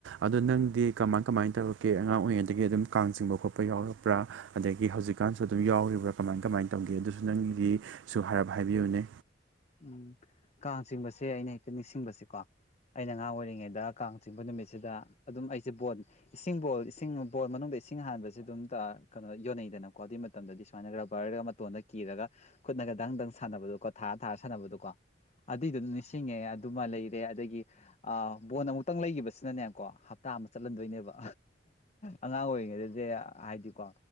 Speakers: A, on the right (about 80°); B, on the left (about 40°).
A: ꯑꯗꯣ ꯅꯪꯗꯤ ꯀꯃꯥꯏ ꯀꯃꯥꯏ ꯇꯧ ꯀꯦ ꯑꯉꯥꯡ ꯑꯣꯏꯔꯤꯉꯩꯗꯒꯤ ꯑꯗꯨꯝ ꯀꯥꯡ ꯆꯤꯡꯕ ꯈꯣꯠꯄ ꯌꯥꯎꯔꯛꯄ꯭ꯔꯥ ꯑꯗꯒꯤ ꯍꯧꯖꯤꯛꯀꯥꯟꯁꯨ ꯑꯗꯨꯝ ꯌꯥꯎꯔꯤꯕ꯭꯭ꯔꯥ ꯀꯃꯥꯏꯟ ꯀꯃꯥꯏꯟ ꯇꯧꯒꯦ ꯑꯗꯨꯁꯨ ꯅꯪꯒꯤꯗꯤ ꯁꯨ ꯍꯥꯏꯔꯞ ꯍꯥꯏꯕꯤꯌꯨꯅꯦ
B: ꯎꯝ ꯀꯥꯡ ꯆꯤꯡꯕꯁꯦ ꯑꯩꯅ ꯍꯦꯛꯇꯥ ꯅꯤꯡꯁꯤꯡꯕꯁꯦꯀꯣ ꯑꯩꯅ ꯑꯉꯥꯡ ꯑꯣꯏꯔꯤꯉꯩꯗ ꯀꯥꯡ ꯆꯤꯡꯕ ꯅꯨꯃꯤꯠꯁꯤꯗ ꯑꯗꯨꯝ ꯑꯩꯖꯦ ꯕꯣꯜ ꯏꯁꯤꯡ ꯕꯣꯜ ꯏꯁꯤꯡ ꯕꯣꯜ ꯃꯅꯨꯡꯗ ꯏꯁꯤꯡ ꯍꯥꯟꯕꯖꯦ ꯑꯗꯨꯝ ꯀꯩꯅꯣ ꯌꯣꯟꯅꯩꯗꯅꯀꯣ ꯑꯗꯨꯏ ꯃꯇꯝꯗꯗꯤ ꯁꯨꯃꯥꯏꯅ ꯔꯕꯔ ꯑꯃ ꯇꯣꯟꯗ ꯀꯤꯔꯒꯥ ꯈꯨꯠꯅꯒ ꯗꯪ ꯗꯪ ꯁꯥꯟꯅꯕꯗꯣꯀꯣ ꯊꯥꯔ ꯊꯥꯔ ꯁꯥꯟꯅꯕꯗꯣꯀꯣ ꯑꯗꯨꯏꯗꯨ ꯅꯤꯡꯁꯤꯡꯉꯦ ꯑꯗꯨꯃꯥ ꯂꯩꯔꯦ ꯑꯗꯒꯤ ꯑꯥ ꯕꯣꯟ ꯑꯃꯨꯛꯇꯪ ꯂꯩꯒꯤꯕꯁꯤꯅꯅꯦꯀꯣ ꯍꯞꯇꯥ ꯑꯃ ꯆꯠꯍꯜꯟꯗꯣꯏꯅꯦꯕ ꯑꯉꯥꯡ ꯑꯣꯏꯔꯤꯉꯩꯗꯗꯤ ꯍꯥꯏꯗꯤꯀꯣ